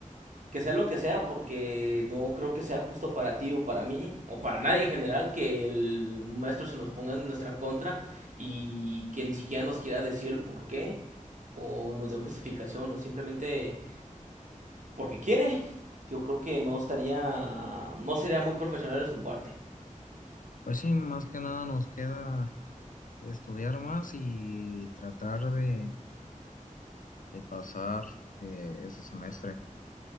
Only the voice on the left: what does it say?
Pues sí, más que nada nos queda estudiar más y tratar de, de pasar eh, ese semestre